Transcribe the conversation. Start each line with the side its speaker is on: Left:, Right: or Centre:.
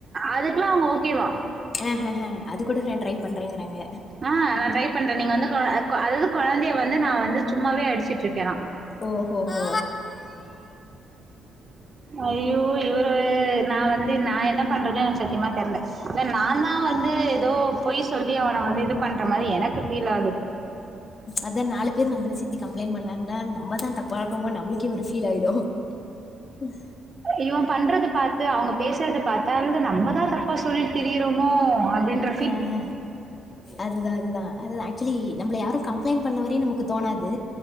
Right: அதுக்கெல்லா அவுங்க ஓகேவா
Left: அ ஹ ஹ அது கூட நா ட்ரை பண்றங்கறாங்க
Right: ஆ நான் ட்ரை பண்றன் நீங்க வந்து கொ கொ அதாவது கொழந்தய வந்து நா வந்து சும்மாவே அடிச்சிட்டு இருக்கனா
Left: ஓ ஹோ ஹோ
Right: அய்யோ இவரு வேற நா வந்து நா என்ன என்ன பண்றது என் சத்தியமா தெரல இல்ல நான்தான் வந்து எதோ பொய் சொல்லி அவன வந்து இது பண்ற மாரி எனக்கு ஃபீல் ஆகுது
Left: அதா நாலு பேர் நம்மள சுத்தி கம்ப்ளைண்ட் பண்ணாங்ளா நம்மதா தப்பா இருக்குமோ நம்மளுக்கே ஒரு ஃபீல் ஆகிடு உம் <unintelligible>
Right: இவன் பண்ற பா த்து அவுங்க பேசறத பாத்தா நம்மதா தப்பா சொல்லிட்டு திரியறோமோ அப்டின்ற
Left: ம்ஹ அதுதா அதுதா அதுதா ஆக்சுலி நம்மள யாரு கம்ப்ளைண்ட் பண்ணவரை மே நமக்கு தோணாது